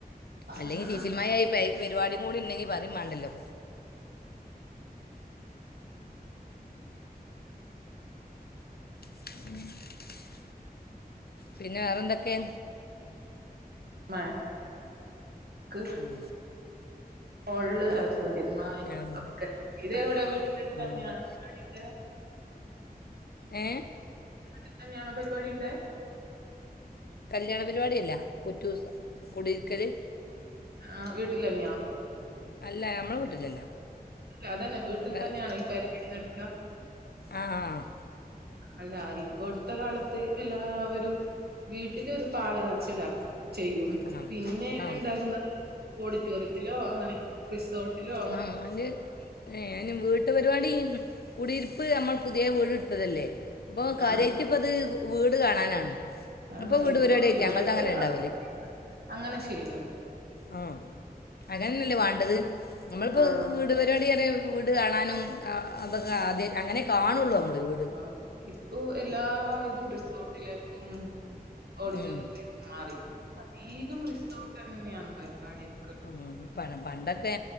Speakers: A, on the left; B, on the right.
A: അല്ലെങ്കി
B: ആഹ്
A: <unintelligible>
B: ആഹ്
A: പരിപാടി കൂടി ഇണ്ടെങ്കി പറയും മേണ്ടല്ലോ <unintelligible> പിന്നെ വേറെന്തൊക്കെയ
B: മഴ ക്ക്
A: ഉം
B: <unintelligible>
A: റ് ആഹ്
B: ഒക്കെ ഇതെവിടെ
A: ആഹ്
B: വീട്ടിന്റടുത്തന്നെയാണ്
A: ആഹ്
B: പരിപാടിയൊക്കെ
A: ഏഹ്
B: വീട്ടില് തന്നെയാണോ പരിപാടിണ്ടെ
A: കല്യാണ പരിപാടി അല്ല <unintelligible> കുടിരിക്കല്
B: ആഹ് വീട്ടിലന്നയോ
A: അല്ല ഞമ്മള വീട്ടിലല്ല
B: അതന്നെ വീട്ടിൽ
A: വേറെ
B: തന്നെയണോ ഈ പരിപാടി നടക്കുക
A: ആഹ് ആഹ് ആഹ്
B: അല്ല ഇപ്പോടുത്തെ കാലത്ത് എല്ലാവരും വീട്ടിലൊരു പാല് കാച്ചലാ ചെയ്യും
A: ആ
B: പിന്നെവിടെ
A: ആ
B: ഇണ്ടാക്കുന്നത് ഓഡിറ്റോറിയത്തിലോ അങ്ങനെ റിസോർട്ടിലോ
A: ആഹ് <unintelligible> ഏഹ് ഞൻ വീട്ടു പരിപാടി കുടിയിരിപ്പ് നമ്മൾ പുതിയ വീട് ഇടുത്തതല്ലേ ഇപ്പൊ കാര്യായിറ്റിപ്പത്
B: ആഹ്
A: വീട് കാണാനാണ്
B: ആഹ്
A: അപ്പോൾ വീട്
B: ഇപ്പൊ
A: പരിപാടിയായിട്ട്
B: ഇവിടൊക്കെ
A: ഞങ്ങളത് അങ്ങനെ ഉണ്ടാവല്
B: <inaudible> അങ്ങനെ ചെയ്യുന്ന്
A: ആഹ് അങ്ങനന്നല്ലേ വേണ്ടത് നമ്മളിപ്പോ
B: ആഹ്
A: വീട് പരിപാടിന്ന്റയുമ്പോ വീട് കാണാനും അതൊക്കെ ആദ്യയിറ്റ് അങ്ങനെ കാണുള്ളൂ നമ്മൾ വീ
B: ആഹ് ഇപ്പൊ എല്ലാ ഇതും റിസോർട്ടിലേക്കും ഓഡിറ്റോറിയത്തിലേക്ക്
A: ഉം.
B: മാറി അധീകം റിസോർട്ട്ന്നെയാണ് പരിപാടിയക്കെ
A: ആഹ്. പ പണ്ടൊക്കെ